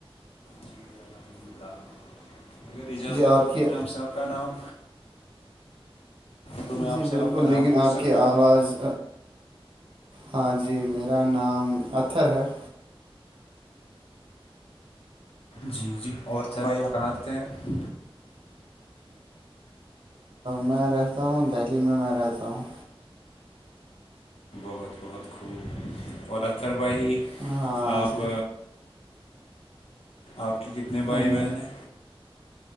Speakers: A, on the left; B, on the right.
A: جی الحمد للہ اگر اجازت
B: جی
A: ہو
B: کی
A: تو میں آپ صاحب کا نام? تو میں آپ
B: جی بالکل
A: سے آپ کا
B: لیکن
A: نام پوچھ
B: آپ
A: سکتا
B: کی آواز
A: ہوں
B: ہاں جی میرا نام اطر ہے-
A: جی- جی اور تھ بھائییاکار تھے- <unintelligible>
B: میں رہتا ہوں دہلی میں میں رہتا ہوں-
A: بہت- بہت خوب اور اتر بھائی
B: ہاں
A: آپ
B: جی
A: آپ کی کتنے بھائی
B: ہم
A: بہن ہیں?